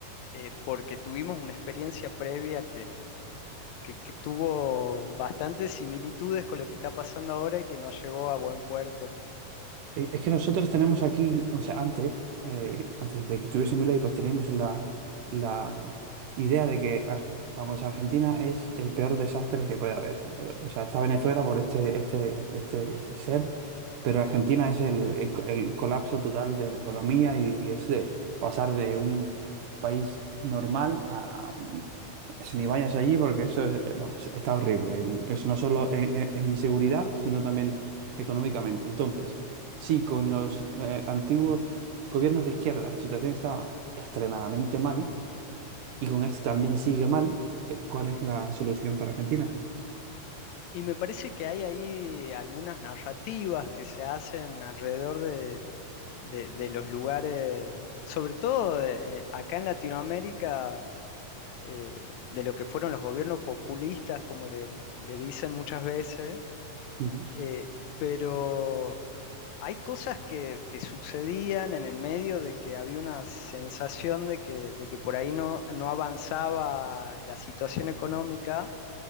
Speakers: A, on the left; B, on the right.
A: eh, porque tuvimos una experiencia previa que, que tuvo bastantes similitudes con lo que está pasando ahora y que no llegó a buen puerto.
B: Eh, Es que nosotros tenemos aquí, o sea, antes, eh, antes de que estuviese en Milei, pues teníamos la, la idea de que, Ar- vamos, Argentina es el peor desastre que puede haber. Eh, O sea, está Venezuela por este, este, este ser, pero Argentina es el, el co- el colapso total de la economía y, y es de pasar de un país normal a... un- Si ni vayas allí, porque eso es, eh, vamos, está horrible. en- es no solo en en- en inseguridad, sino también económicamente. Entonces, Sí, con los eh, antiguos gobiernos de izquierda la situación estaba extremadamente mal y con este también sigue mal. eh, ¿cuál es la solución para Argentina?
A: Y me parece que hay ahí algunas narrativas que se hacen alrededor de, de- de los lugares, sobre todo eh, eh, acá en Latinoamérica, eh, de lo que fueron los gobiernos populistas, como le, le dicen muchas veces,
B: Ujú.
A: eh, pero hay cosas que, que sucedían en el medio de que había una sensación de que, de que por ahí no, no avanzaba la situación económica.